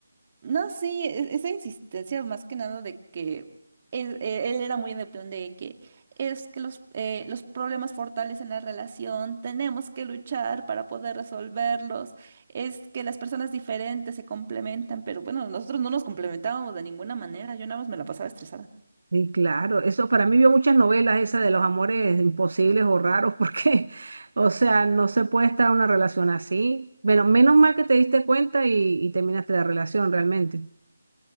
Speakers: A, on the right; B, on the right.
A: No, sí, e- esa insistencia más que nada de que él, e- él era muy en el plan de que es que los, eh, los problemas fortales en la relación, tenemos que luchar para poder resolverlos, es que las personas diferentes se complementan, pero bueno, nosotros no nos complementábamos de ninguna manera, yo nada más me la pasaba estresada.
B: Sí, claro, eso para mí vio muchas novelas esa de los amores imposibles o raros porque, <laughs> o sea, no se puede estar en una relación así. Bueno, menos mal que te diste cuenta y, y terminaste la relación realmente.